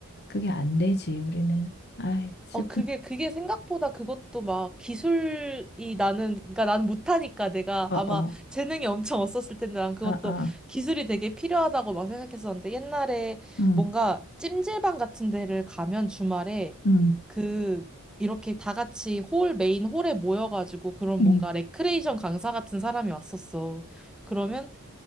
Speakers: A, on the left (about 45°); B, in the centre.
A: 그게 안 되지, 우리는. 아이, 슬픈,
B: 어, 그게, 그게 생각보다 그것도 막 기술이 나는, 그러니까 나는 못하니까 내가
A: 어,
B: 아마
A: 어,
B: 재능이 엄청 없었을 텐데 난 그것도
A: 아, 아,
B: 기술이 되게 필요하다고 막 생각했었는데 옛날에
A: 응,
B: 뭔가 찜질방 같은 데를 가면 주말에
A: 응,
B: 그, 이렇게 다 같이 홀, 메인 홀에 모여가지고 그런
A: 응,
B: 뭔가 레크레이션 강사 같은 사람이 왔었어. 그러면